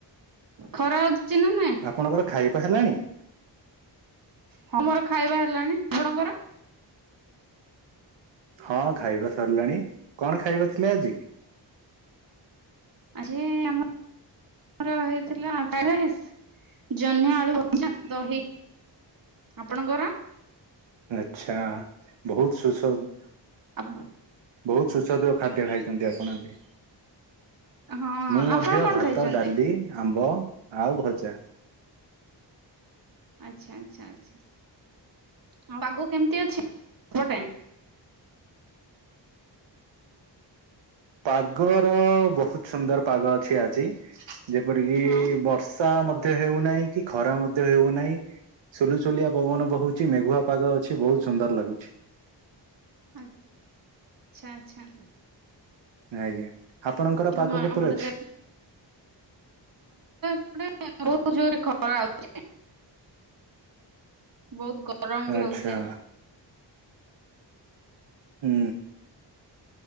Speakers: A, on the right (about 50°); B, on the right (about 80°).
A: ଖରା ନା ନାଇଁ?
B: ଆପଣଙ୍କର ଖାଇବା ହେଲାଣି?
A: ହଁ ମୋର ଖାଇବା ହେଲାଣି, ଆପଣଙ୍କର?
B: ହଁ ଖାଇବା ସରିଲାଣି, କଣ ଖାଇବା ଥିଲା ଆଜି?
A: ଆ <unintelligible> ଆମର ମୋର ହେଇଥିଲା <unintelligible> ଜହ୍ନି ଆଳୁ ଭଜା ଦହି ଆପଣଙ୍କର
B: ଆଚ୍ଛା ବୋହୁତ ସୁସ୍ୱା
A: ଆ
B: ବୋହୁତ ସୁସ୍ୱାଦୁ ଖାଦ୍ୟ ଖାଇଚନ୍ତି ଆପଣ ଆଜି।
A: ହଁ
B: ମୁଁ
A: ଆପଣ
B: ମଧ୍ୟ
A: କଣ
B: ଭାତ,
A: ଖାଇଛନ୍ତି?
B: ଡାଲି, ଆମ୍ବ ଆଉ ଭଜା।
A: ଆଚ୍ଛା ଆଚ୍ଛା ଆଚ୍ଛା। ପାଗ କେମିତି ଅଛି ସେପଟେ?
B: ପାଗ ର ବୋହୁତ ସୁନ୍ଦର ପାଗ ଅଛି ଆଜି। ଯେପରିକି
A: ହଁ
B: ବର୍ଷା ମଧ୍ୟ ହେଉନାହିଁ କି ଖରା ମଧ୍ୟ ହେଉନାହିଁ। ସୁଲୁସୁଲିଆ ପବନ ବହୁଚି ମେଘୁଆ ପାଗ ଅଛି ବୋହୁତ ସୁନ୍ଦର ଲାଗୁଚି।
A: ଆ ଆଚ୍ଛା ଆଚ୍ଛା।
B: ଆଜ୍ଞା ଆପଣଙ୍କର ପାଗ
A: ଆମ
B: କିପରି
A: ଆମର
B: ଅଛି?
A: ତ ଗୋ <inaudible> ଜୋରେ ଖରା ହୋଉଚି, ବୋହୁତ ଗ ଗରମ
B: ଆଚ୍ଛା
A: ବି ହୋଉଚି।
B: ହୁଁ।